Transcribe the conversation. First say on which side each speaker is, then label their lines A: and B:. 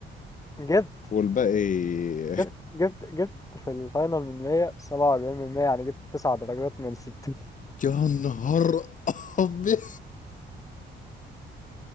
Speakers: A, on the left; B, on the left.
A: جبت
B: والباقي
A: جبت جبت جبت في الفاينل من 100 47 من 100 يعني جبت 9 درجات من 60
B: <laughs> يا نهار ابيض